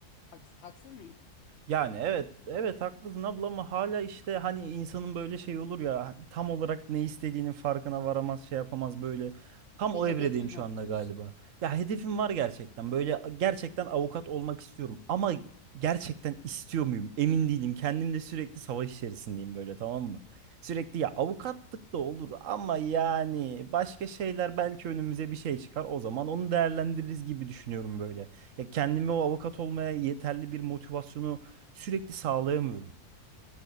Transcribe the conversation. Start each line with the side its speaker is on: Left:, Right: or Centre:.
Left: Haks- haksız mıyım?
Right: Yani evet evet haklısın abla ama hala işte hani insanın böyle şey olur ya hani tam olarak ne istediğinin farkına varamaz şey yapamaz böyle. Tam
Left: Bir
Right: o
Left: hedefim
Right: evredeyim şu
Left: yok
Right: anda
Left: diyorsun.
Right: galiba. Ya hedefim var gerçekten böyle gerçekten avukat olmak istiyorum ama gerçekten istiyor muyum emin değilim kendimle sürekli savaş içerisindeyim böyle tamam mı? Sürekli ya avukatlık da olur ama yani başka şeyler belki önümüze bir şey çıkar o zaman onu değerlendiririz gibi düşünüyorum böyle. Ya kendimi o avukat olmaya yeterli bir motivasyonu Sürekli sağlayamıyorum.